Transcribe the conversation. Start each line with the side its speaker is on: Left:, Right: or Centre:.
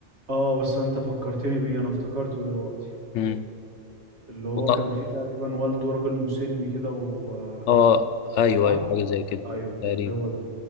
Right: اه بس انت فكرتني بيه انا افتكرته دلوقتي
Left: مم.
Right: اللي هو
Left: وط...
Right: كان فيه تقريبا والده راجل مسن كده و آه،
Left: اه ايوه
Right: صح
Left: ايوه حاجة زي كده
Right: ايوه
Left: تقريبا
Right: هو ده